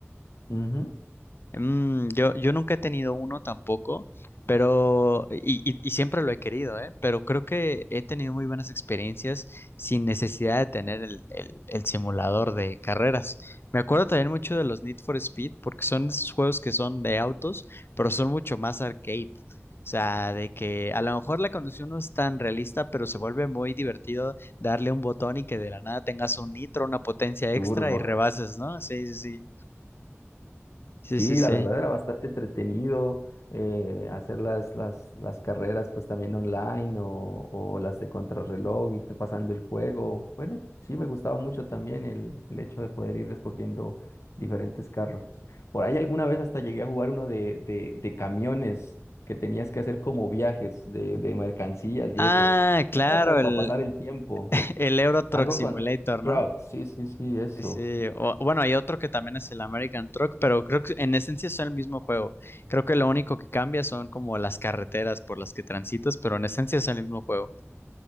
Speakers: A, on the left; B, on the left.
A: Ujú.
B: Mm, yo, yo nunca he tenido uno tampoco, pero, y, y- y siempre lo he querido, ¿eh? Pero creo que he tenido muy buenas experiencias sin necesidad de tener el, el- el simulador de carreras. Me acuerdo también mucho de los Need for Speed, porque son esos juegos que son de autos, pero son mucho más arcade. O sea, de que a lo mejor la conducción no es tan realista, pero se vuelve muy divertido darle un botón y que de la nada tengas un nitro, una potencia extra
A: Turbo.
B: y rebases, ¿no? Sí, sí, sí. Sí,
A: Sí,
B: sí, sí.
A: la verdad era bastante entretenido eh, hacer las, las, las carreras pues también online o, o las de contrarreloj, irte pasando el juego. Bueno, sí me gustaba mucho también el, el hecho de poder ir escogiendo diferentes carros. Por ahí alguna vez hasta llegué a jugar uno de, de, de camiones que tenías que hacer como viajes de, de mercancías y
B: Ah,
A: eso.
B: claro,
A: Era como para
B: el,
A: pasar el tiempo.
B: <laughs> el Euro Truck
A: Algo
B: Simulator,
A: con trucks,
B: ¿no?
A: sí, sí, sí, eso.
B: Sí, sí. O- bueno, hay otro que también es el American Truck, pero creo que en esencia son el mismo juego. Creo que lo único que cambia son como las carreteras por las que transitas, pero en esencia es el mismo juego.